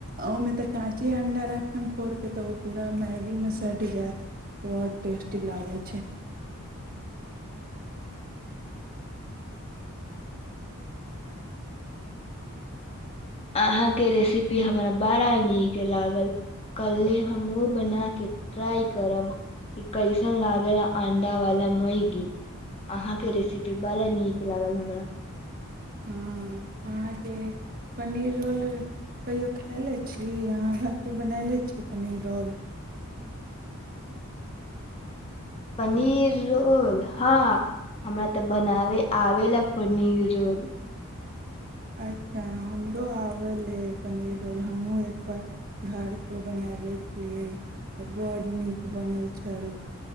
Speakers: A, on the right; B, on the left.
A: ओहिमे तऽ काँचे अंडा रख फोड़िक तऽ ओ पूरा मैगीमे सटि जायत बड टेस्टी लागे छै
B: अहााँके रेसिपी हमरा बड़ा नीक लागल कले हम ओ बना के ट्राइ करब कि कैसन लागल अंडा वाला मैगी अहााँके रेसिपी बड़ा नीक लागल हमरा
A: हँ अहाँके पनीर रोल कहियओ खाए लै छी अहाँ घरपर बनाए लै छी पनीर रोल
B: पनीर रोल हँ हमरा तऽ बनाबे आबे लए पनीर रोल
A: अच्छा हमरो आबै पनीर रोल हमहूँ एक बार घरपर बनाए लै छलियै तऽ बड्ड नीक बनल छल